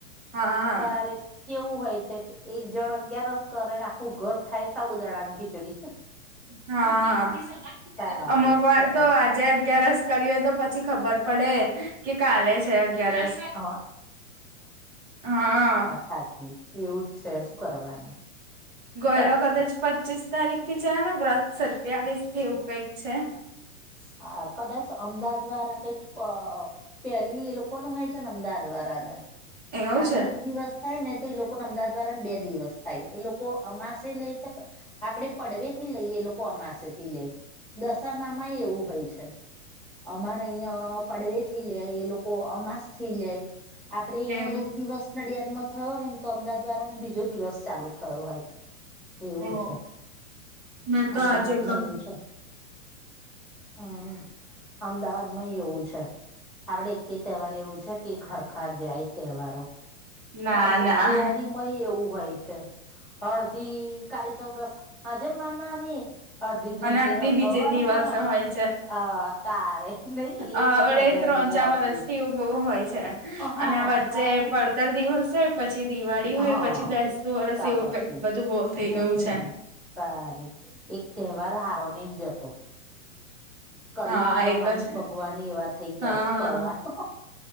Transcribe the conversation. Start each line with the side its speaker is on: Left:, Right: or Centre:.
Right: હા.
Centre: તારે કેવું હોય છે કે એક જણ અગિયારસ કરેને આખું ઘર ખાય સાબુ દાડા ની ખીચડી.
Right: હા,
Centre: તારે
Right: અમુક
Centre: શું
Right: વાર
Centre: કરવાનું
Right: તો આજે અગિયારસ કરી હોય તો પછી ખબર પડે કે કાલે છે અગિયારસ
Centre: હ
Right: હા
Centre: હાતી એવું જ છે શું કરવાનું?
Right: ગયરો
Centre: તારે
Right: કદાચ પચીસ તારીખ થી છે, વ્રત સત્યાવીસ થી એવું કંઈક છે.
Centre: સારૂં કદાચ અમદાવાદ વારા કઈક પ અ પેલી એ લોકો નું હોય છે ને અમદાવાદ વારાને
Right: એવું
Centre: આપડે
Right: છે
Centre: એક દિવસ થાય ને તો એ લોકોને અમદાદ વારાને બે દિવસ થાય એ લોકો અમાસેય લેય છે ક આપડે પડવેથી લઈએ એ લોકો અમાસે થી લેઈ દશામામાંય એવું હોય છે. અમારે અઈયા પડવે થી લેય એ લોકો અમાસ થી લેય આપડે અયા
Right: એવું
Centre: એક દિવસ નડિયાદમાં થયો હોયને તો અમદાદ વારાને બીજો દિવસ ચાલુ થયો હોય એવું
Right: ઓ
Centre: છે
Right: મેં તો
Centre: અમદાવાદમાં
Right: આજે ખબર
Centre: એવું છે. હ અમદાવાદમાંય એવું છે. આપડે એકય તેહવાર એવું છે કે હરખા જાય તહેવારો
Right: ના
Centre: તાર શું
Right: ના
Centre: દિવારી માયે એવું હોય છે. અડધી કારી ચૌદસ હાજે માના ની અરધી ધંતેરસ
Right: અને અડધી બીજે
Centre: હવારમાં
Right: દિવસે હોય
Centre: અ તારે નઈ એ
Right: અ
Centre: તે
Right: અડે
Centre: મજા
Right: ત્રણ
Centre: નઈ
Right: ચા
Centre: આવતી
Right: વરષ થી બઉ હોય છે.
Centre: હ
Right: અને વચ્ચે
Centre: તારે
Right: પડતર દિવસ હોય પછી દિવાળી
Centre: હા
Right: હોય પછી બેસતું વરસ
Centre: તા
Right: એવું
Centre: પછી
Right: કઈક બધું બોઉ થઈ
Centre: હમ
Right: ગયું છે.
Centre: તારે એક તહેવાર હારો નઈ જતો કળયુગ
Right: હા
Centre: પ્રમાણે
Right: એ તો છે
Centre: ભગવાનેય એવા થઈ ગયા
Right: હા
Centre: શું કરવાનું?